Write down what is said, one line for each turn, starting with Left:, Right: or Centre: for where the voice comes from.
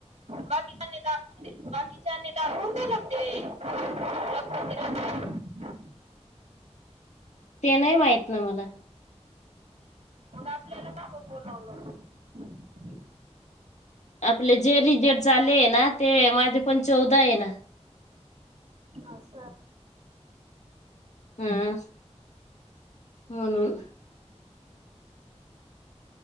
Right: बाकीच्या नी दखऊ, बाकीच्या नी दखऊन दिल ते <unintelligible>
Left: <inaudible> ते नाही माहित ना मला?
Right: मग आपल्याल का बर बोलावलं नाय.
Left: आपले जे रिजेट झाले आहे ना ते माझे पण चौदा आहे ना.
Right: अस.
Left: हा म्हणून